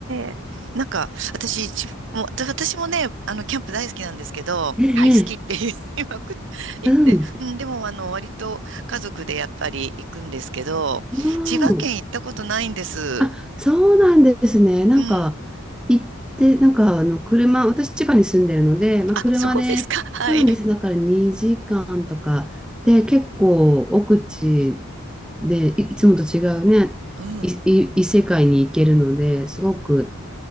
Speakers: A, on the right (about 55°); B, in the centre.
A: えなんか、私、ちもう私私もね、あの、キャンプ大好きなんですけど、
B: ええ、
A: 大好きって言い <laughs> まくっ <laughs> 言って、
B: うん。
A: うん、でも、あの、割と家族でやっぱり行くんですけど、
B: うん。
A: 千葉県行ったことないんです。
B: あ、そうなんですね。なんか、
A: うん。
B: 行って、なんか、あの、車、私、千葉に住んでるので、まあ、
A: あ、
B: 車で、
A: そうですか。<laughs> はい。
B: そうなんです。だから2時間とか、で、結構、奥地で、い、いつもと違うね、
A: うん。
B: い、い、異世界に行けるので、すごく、